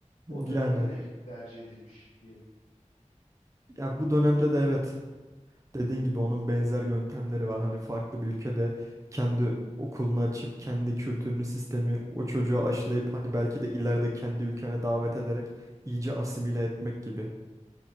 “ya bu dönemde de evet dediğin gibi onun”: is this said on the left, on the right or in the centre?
Right